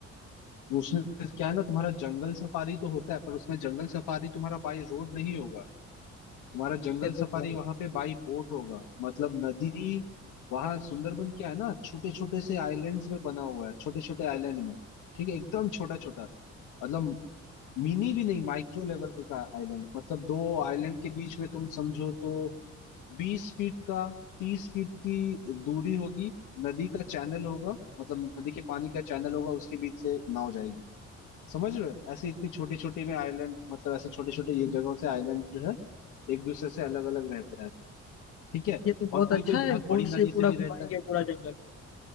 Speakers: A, on the left; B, on the left.
A: उसमें क्या है ना तुम्हारा जंगल सफारी तो होता है पर उसमें जंगल सफारी तुम्हारा बाई रोड नहीं होगा तुम्हारा जंगल
B: कैसे
A: सफारी
B: होगा वो
A: वहां पे बाई बोट होगा मतलब नदी वहां सुंदरबन क्या है ना छोटे छोटे से आइलैंड्स में बना हुआ है छोटे छोटे आइलैंड में ठीक है एकदम छोटा छोटा मतलब मिनी भी नहीं माइक्रो लेवल का आइलैंड मतलब दो आइलैंड के बीच में तुम समझो तो बीस फीट का तीस फीट की दूरी होगी नदी का चैनल होगा मतलब नदी के पानी का चैनल होगा उसके बीच से नाव जाएगी समझ रहे हो ऐसे इतनी छोटी छोटी में आइलैंड मतलब ऐसे छोटे छोटे ये जगहों से आइलैंड जो है एक दूसरे से अलग अलग रहते हैं ठीक है
B: ये तो बहुत
A: और कोई
B: अच्छा
A: कोई बहुत
B: है बोट
A: बड़ी
B: से
A: नदी
B: पूरा
A: से भी
B: घुमाएंगे
A: रहता है
B: पूरा जंगल